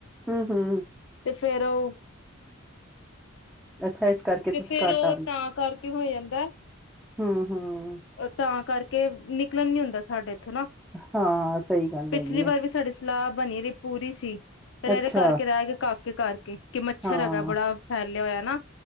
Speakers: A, in the centre; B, on the left.
A: ਹੂੰ ਹੂੰ।
B: ਤੇ ਫੇਰ ਉਹ
A: ਅੱਛਾ ਇਸ ਕਰਕੇ
B: ਤੇ
A: ਤੁਸੀਂ
B: ਫੇਰ
A: ਘੱਟ
B: ਉਹ ਤਾਂ ਕਰਕੇ ਹੋ ਜਾਂਦਾ।
A: ਹੂੰ, ਹੂੰ।
B: ਤਾਂ ਕਰਕੇ ਨਿਕਲਣ ਨੀ ਹੁੰਦਾ ਸਾਡੇ ਇੱਥੋਂ ਨਾ
A: ਹਾਂ, ਸਹੀ ਗੱਲ
B: ਪਿਛਲੀ
A: ਹੈਗੀ
B: ਵਾਰ
A: ਐ।
B: ਵੀ ਸਾਡੀ ਸਲਾਹ ਬਣੀ ਰੀ ਪੂਰੀ ਸੀ। ਫਿਰ ਇਹਦੇ
A: ਅੱਛਾ
B: ਕਰਕੇ ਰਹਿ ਗਏ ਕਾਕ ਕਿ ਘਰ ਕਿ ਮੱਛਰ
A: ਹਾਂ
B: ਹੈਗਾ ਬੜਾ ਫੈਲਿਆ ਹੋਇਆ। ਨਾ